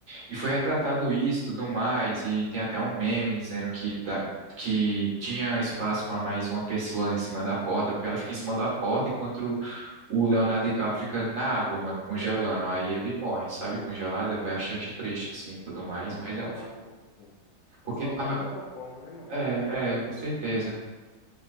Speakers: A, on the right; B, on the left.
A: E foi retratado isso, tudo mais, e tem até um meme dizendo que
B: E
A: dá- Que tinha espaço para mais uma pessoa em cima da porta, porque ela fica em cima da porta enquanto o Leonardo DiCaprio fica na água, mano, congelando. Aí ele morre, sabe? Congelado é bastante triste, assim, e tudo mais.
B: não
A: Mas
B: é congelado,
A: é um filme.
B: por sim.
A: Porque
B: Pra salvar
A: tá.
B: da melhor forma, né, mano?
A: É, é, com certeza.